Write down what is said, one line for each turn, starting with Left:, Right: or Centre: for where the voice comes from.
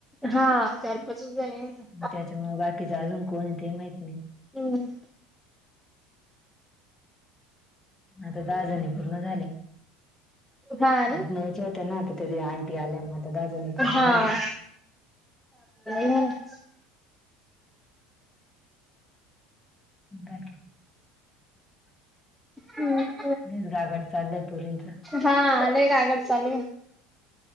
Centre: हा चार पाचच जणी होतो.
Left: त्याच्यामुळ बाकीच अजून कोणते माहीत नाही.
Centre: हम्म
Left: आता दहा जणी पूर्ण झाले
Centre: हा ना.
Left: आज नच होते ना ते त्यादि अंटी आल्या मग त्या दहाजनी पूर्ण
Centre: हा.
Left: झाल्या.
Centre: <unintelligible>
Left: बायका
Centre: हम्म
Left: बच गागड चाललंय पुरींच
Centre: हा अले का आगड चालू